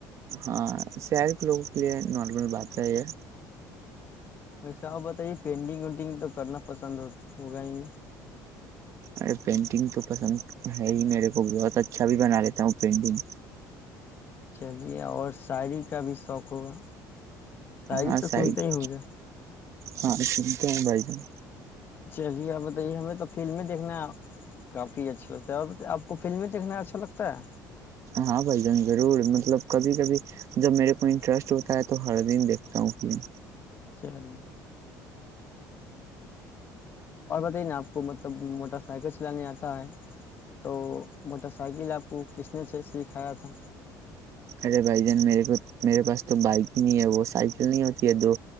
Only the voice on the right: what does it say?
ہاں شہر کے لوگوں کے لیے نارمل بات ہے ہے
ارے پینٹنگ تو پسند ہے ہی میرے کو بہت اچھا بھی بنا لیتا ہوں پینٹنگ
ہاں
سائڈ
ہاں س تو ہم بھائی جان
ہاں بھائی جان ضرور مطلب کبھی کبھی جب میرے کو انٹرسٹ ہوتا ہے تو ہر دن دیکھتا ہوں فلم
ارے بھائی جان میرے کو میرے پاس تو بائک ہی نہیں ہے وہ سائیکل نہیں ہوتی ہے دو